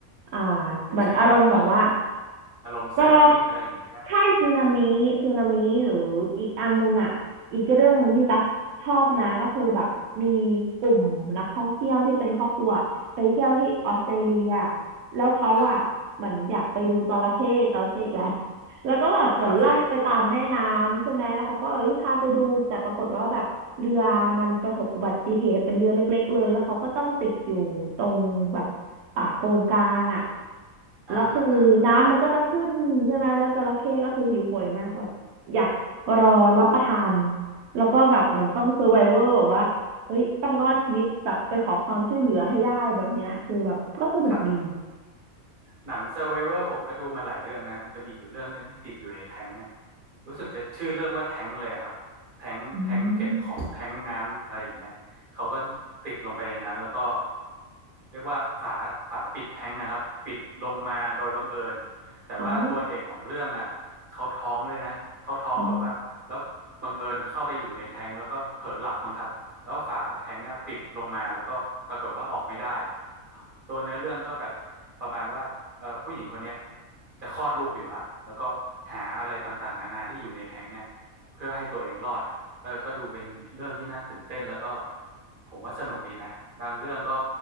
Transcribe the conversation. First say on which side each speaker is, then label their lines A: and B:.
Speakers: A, on the right (about 85°); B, on the right (about 45°).
A: อ่า
B: อย่างเช่นว่าพวก
A: เหมือนอารมณ์แบบว่า
B: อารมณ์สึนามิอะไรอย่างนี้ป่ะ
A: ก็ใช่สึนามิสึนามิหรืออีกอันนึงอ่ะอีกเรื่องหนึ่งที่ตักชอบนะก็คือแบบมี
B: อ่า
A: กลุ่มนักท่องเที่ยวที่เป็นครอบครัวไปเที่ยวที่ออสเตรเลียแล้วเขาอ่ะเหมือนอยากไปดูจระเข้จระเข้อีกแล้ว
B: ครับ
A: <laughs> แล้วก็แบบเหมือนล่องไปตามแม่น้ำใช่ไหมแล้วเขาก็เอ้ยพาไปดูแต่ปรากฏว่าแบบเรือมันประสบอุบัติเหตุเป็นเรือเล็กๆเลยแล้วเขาก็ต้องติดอยู่ตรงแบบ
B: จระเข้อ่า
A: ป่าโกงกลางอ่ะ
B: อ่าอ่า
A: แล้วคือน้ำมันก็จะขึ้นใช่ไหมแล้วจระเข้ก็คือหิวโหยมากแบบอยากรอรับประทานแล้วก็แบบมันต้องเซอร์ไ o เวอร์แบบว่าเฮ้ยต้องรอดชีวิตแบบไปขอความช่วยเหลือให้ได้แบบเนี้ยคือแบบก็สนุกดี
B: ครับ หนัง Survivor ผมก็ดูมาหลายเรื่องนะมันจะมีอยู่เรื่องหนึ่งที่ติดอยู่ในแท้งอ่ะรู้สึกจะชื่อเรื่องว่าแท้งเลยอะครับแท้งแท้งเก็บของแท้งน้ำอะไรอย่างเงี้ยเขาก็ติดลงไปในนั้นแล้วก็
A: อืม
B: เรียกว่าฝาฝาปิดแท้งอะครับปิดลงมาโดยบังเอิญแต่ว่าตัวเอกของเรื่องอ่ะเขาท้องเลยนะเขาท้องแบบว่าแล้วบังเอิญเข้าไปอยู่ในแท้งแล้วก็เผลอหลับมั้งครับแล้วฝาแท้งอะปิดลงมาแล้วก็ปรากฏว่าออกไม่ได้
A: เอ้าอม
B: ตัวเนื้อเรื่องก็แบบประมาณว่า เอ่อผู้หญิงคนเนี้ยจะคลอดลูกอยู่ละแล้วก็หาอะไรต่างๆนานาที่อยู่ในแท้งอ่ะเพื่อให้ตัวเองรอดอ่ะเออก็ดูเป็นเรื่องที่น่าตื่นเต้นแล้วก็ผมว่าสนุกดีนะ บางเรื่องก็